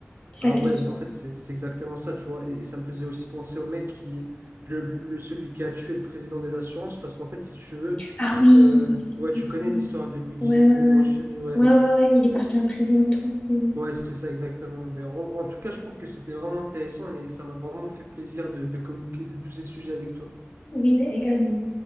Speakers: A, on the left; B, on the right.
A: ça
B: ah
A: clique.
B: ouais, mais en fait, c'est c'est exactement ça, tu vois. Et, et ça me faisait aussi penser au mec qui, le, le, celui qui a tué le président des assurances, parce qu'en fait, si tu veux,
A: Ah oui!
B: euh, ouais, tu
A: Oui.
B: connais
A: oui,
B: l'histoire de Luigi
A: oui. Ouais, ouais,
B: mentionné,
A: ouais.
B: ouais,
A: Ouais, ouais, ouais, il est parti en prison et tout. Mm.
B: ouais, c'est ça exactement. ben en, en tout cas, je trouve que c'était vraiment intéressant et ça m'a vraiment fait plaisir de, de communiquer de tous ces sujets avec toi.
A: Oui, bah également.